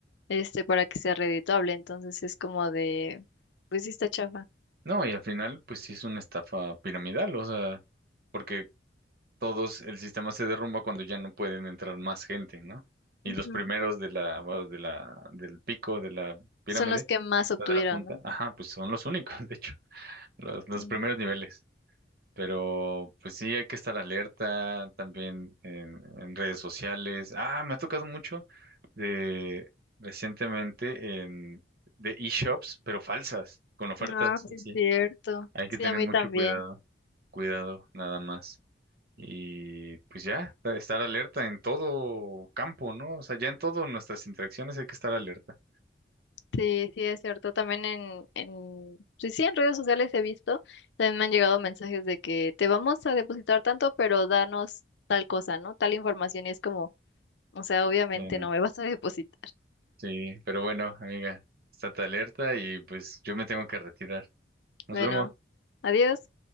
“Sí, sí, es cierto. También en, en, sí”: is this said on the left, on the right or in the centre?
Left